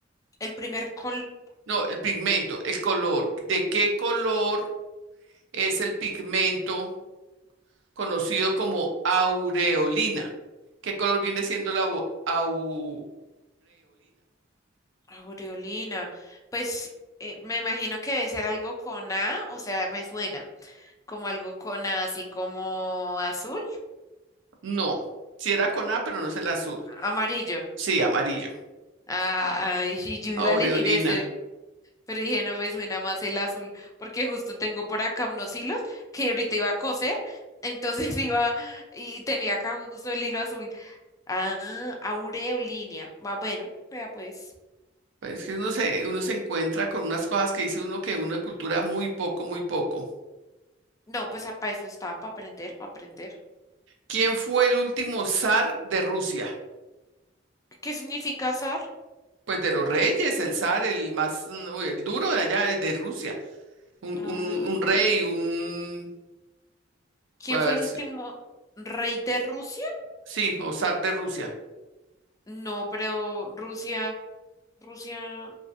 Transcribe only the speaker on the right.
No, el pigmento, el color. ¿De qué color es el pigmento conocido como aureolina? ¿Qué color viene siendo la au- aureolina?
No, si era con A, pero no es el azul.
Sí, amarillo.
Aureolina.
Pues es que no sé, uno se encuentra con unas cosas que dice uno que uno de cultura muy poco, muy poco.
¿Quién fue el último zar de Rusia?
Pues de los reyes, el zar, el más, mm, uy, el duro de allá es de Rusia. Un,
un- un rey, un,
a
ver,
si-
sí, o zar de Rusia.